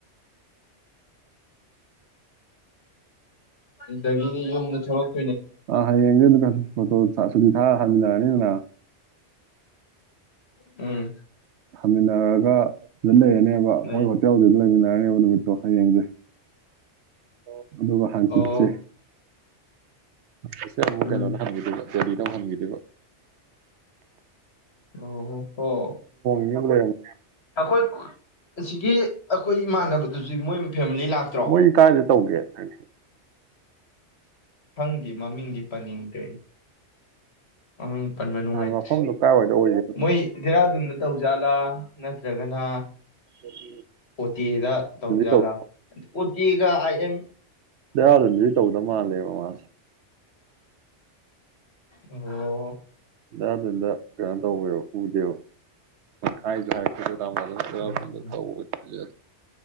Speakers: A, on the left; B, on the right.
A: ꯑꯗꯒꯤꯗꯤ ꯌꯨꯝꯗ ꯊꯣꯛꯛ
B: ꯑ ꯍ ꯌꯦ ꯇ ꯀ ꯐꯣꯇꯣ ꯊꯥ ꯍ ꯂꯅꯤ ꯂꯅ
A: ꯎꯝ
B: ꯊꯝꯃꯤꯟꯅꯔꯒ ꯁꯤꯗ ꯂꯩꯔꯅꯦꯕ
A: ꯂꯩ
B: ꯍꯣꯏ ꯍꯣꯇꯦꯜꯗꯨꯅ ꯂꯩꯕꯅꯤ ꯇꯕ ꯅꯨꯃꯤꯠꯇꯣ ꯍꯌꯦꯡꯁꯦ ꯑꯣ ꯑꯗꯨꯒ ꯍꯥꯡꯆꯤꯠꯁꯦ
A: ꯑꯣ
B: <unintelligible> ꯄꯁꯦ ꯑꯃꯛ
A: ꯎꯝ
B: ꯀꯩꯅꯅ ꯁꯪꯕꯤꯗꯨꯦ ꯗꯤ ꯇꯧꯍꯟꯈꯤꯗꯕ
A: ꯑꯣ ꯍꯣ
B: ꯅꯡ ꯂꯩꯔꯝꯃꯨ
A: ꯑꯩꯈꯣꯏ ꯑꯁꯤꯒꯤ ꯑꯩꯈꯣꯏ ꯏꯃꯥꯟꯅꯕꯗꯨꯁꯨ ꯃꯣꯏ ꯐꯦꯃꯤꯂꯤ ꯂꯥꯛꯇ꯭ꯔꯣ
B: ꯃꯣꯏꯗꯤ ꯀꯥꯏꯗ ꯇꯧꯒꯦ ꯈꯪꯗꯦ
A: ꯐꯪꯗꯤ ꯃꯃꯤꯡꯗꯤ ꯄꯟꯅꯤꯡꯗꯔꯦ ꯃꯃꯤꯡ ꯄꯟꯕ ꯅꯨꯡꯉꯥꯏꯇ꯭ꯔꯦ
B: ꯃꯐꯝꯗꯣ ꯀꯥꯏꯋꯥꯏꯗ ꯑꯣꯏꯒꯦ
A: ꯃꯣꯏ ꯗꯦꯔꯥꯗꯨꯟꯗ ꯇꯧꯖꯥꯂꯥ ꯅꯠꯇ꯭ꯔꯒꯅ
B: <inaudible>
A: ꯑꯣ ꯇꯤ ꯑꯥ ꯗꯥ ꯇꯧꯖꯥꯠꯂꯥ
B: ꯇꯧ
A: ꯇ ꯑꯥ ꯒꯥ ꯑꯥꯏ ꯑꯃ
B: ꯕꯦꯔꯥꯅꯤꯗꯨꯗꯤ ꯇꯧꯗ ꯃꯥꯜꯂꯦꯕ ꯃꯥꯁꯦ
A: ꯑꯣ
B: ꯑꯗꯨꯗ ꯀꯩꯅꯣ ꯇꯧꯕꯤꯌꯣ ꯎꯗꯦ ꯍꯥꯏꯁꯨ ꯍꯥꯏ ꯀꯔꯝꯀꯟꯗ
A: ꯎꯝ
B: ꯇꯧꯕ ꯇꯜꯂꯦ